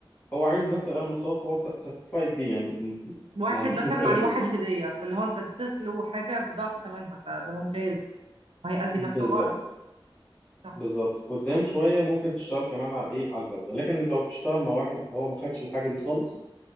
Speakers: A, on the left; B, on the right.
A: هو عايز نفس القلم الرصاص هو ساتسفايد بيه يعني م-
B: واحد
A: ما عندوش
B: مثلا
A: مشكلة
B: عليه
A: فيه
B: واحد هدية فاللي هو انت اديت له حاجة بضعف ثمنها فده ممتاز وهيأدي
A: بالظبط
B: نفس الغرض صح
A: بالظبط قدام شويه ممكن تشتغل كمان على ايه على الجوده لكن لو بتشتغل مع واحد هو ما خدش الحاجه دي خالص